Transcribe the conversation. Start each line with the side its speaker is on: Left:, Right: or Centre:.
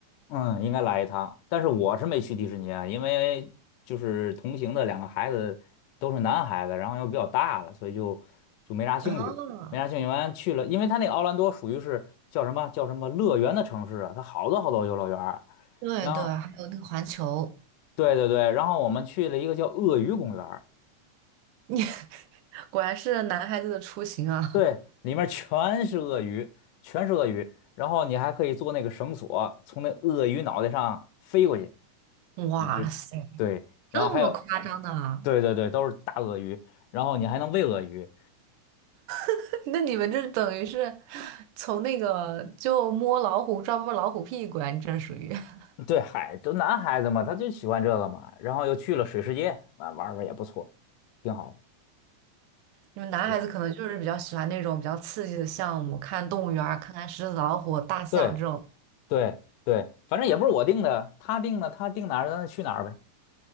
Left: 嗯，应该来一趟，但是我是没去迪士尼啊，因为就是同行的两个孩子都是男孩子，然后又比较大了，所以就就没啥兴趣，
Right: 嗯，
Left: 没啥兴趣。完去了，因为他那个奥兰多属于是叫什么叫什么乐园的城市啊，它好多好多游乐园儿
Right: 对对，
Left: 然后
Right: 还有那个环球。
Left: 对对对，然后我们去了一个叫鳄鱼公园。
Right: 你 <laughs> 果然是男孩子的出行啊！
Left: 对，里面全是鳄鱼，全是鳄鱼。然后你还可以做那个绳索，从那鳄鱼脑袋上飞过去，
Right: 哇塞，
Left: 就就对。
Right: 这么夸张的啊？
Left: 然后还有，对对对，都是大鳄鱼。然后你还能喂鳄鱼。
Right: <laughs> 那你们这等于是从那个就摸老虎抓摸老虎屁股啊！你这属于 <laughs>
Left: 对，嗨，都男孩子嘛，他就喜欢这个嘛。然后又去了水世界，啊，玩儿玩儿也不错，挺好的。
Right: 你们男孩子可能就是比较喜欢那种比较刺激的项目，
Left: 对
Right: 看动物园儿，看看狮子、老虎、大象这种。
Left: 对对对，反正也不是我定的，他定的，他定哪儿咱就去哪儿呗。